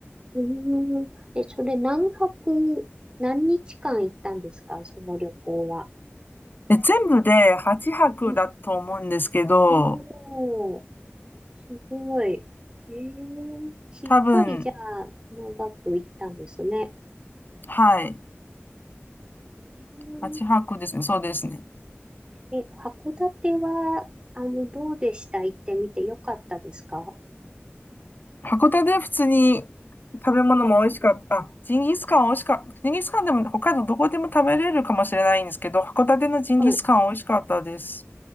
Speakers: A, on the right; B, on the left.
A: ん。え、それ何泊、何日間行ったんですかその旅行は。
B: で全部で8泊だと思うんですけど、
A: うん。おー、すごい。えー、しっかりじゃあ長く行ったんですね。
B: 多分、はい、
A: うーん。
B: 8泊ですね、そうですね。
A: え、函館は、あの、どうでした行ってみてよかったですか
B: 函館で普通に食べ物も美味しかった、
A: うん
B: あ、ジンギスカン美味しかった、ジンギスカンでも北海道どこでも食べれるかもしれないんですけど、函館のジンギスカン美味しかったです。
A: はい。